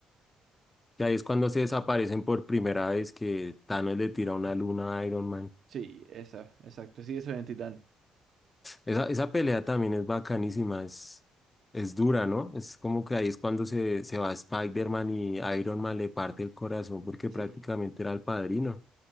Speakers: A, on the left; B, on the right.
A: Y ahí es cuando se desaparecen por primera vez que Thanos le tira una luna a Iron Man.
B: Sí, esa, exacto. Sí, eso es en Titán.
A: Esa, esa pelea también es bacanísima, es, es dura, ¿no? Es como que ahí es cuando se, se va Spider-Man y Iron Man le parte el corazón porque
B: Sí.
A: prácticamente era el padrino.